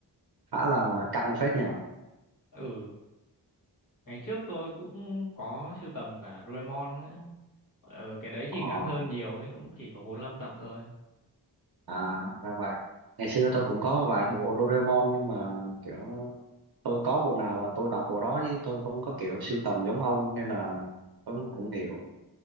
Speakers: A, on the right (about 60°); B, on the left (about 50°).
A: khá là căng phết nhờ
B: Ừ, ngày trước tôi cũng có sưu tầm cả Doraemon ấy. Ờ, cái đấy thì
A: Ờ
B: ngắn hơn nhiều ấy, cũng chỉ có 45 tập thôi.
A: À, ra vậy. Ngày xưa tôi cũng có vài bộ Doraemon nhưng mà kiểu tôi có bộ nào là tôi đọc bộ đó chứ tôi không có kiểu sưu tầm giống ông nên là tôi cũng cũng hiểu.